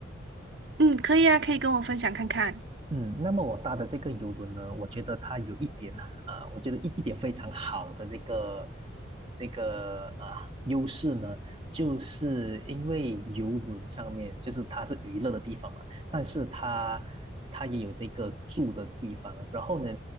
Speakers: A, on the right; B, on the right.
A: 嗯，可以啊，可以跟我分享看看。
B: 嗯，那么我搭的这个游轮呢，我觉得它有一点啊、我觉得一一点非常好的这个这个啊、优势呢，就是因为游轮上面就是它是娱乐的地方嘛，但是它它也有这个住的地方。然后呢，